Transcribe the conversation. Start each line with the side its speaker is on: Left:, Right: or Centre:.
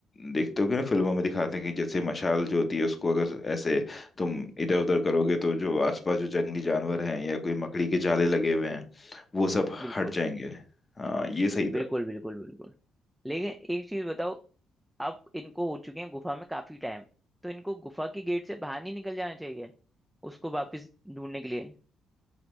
Left: देखते हो कि ना फिल्मों में दिखाते हैं कि जैसे मशाल जो होती है उसको अगर ऐसे तुम इधर उधर करोगे तो जो आसपास जो जंगली जानवर हैं या कोई मकड़ी के जाले लगे हुए हैं वो सब
Centre: बिल्कुल
Left: हट जाएंगे हाँ ये सही
Centre: बिल्कुल
Left: था
Centre: बिल्कुल बिल्कुल लेकिन एक चीज बताओ अब इनको हो चुके हैं गुफा में काफी टाइम तो इनको गुफा के गेट से बाहर नहीं निकल जाना चाहिए उसको वापस ढूंढने के लिए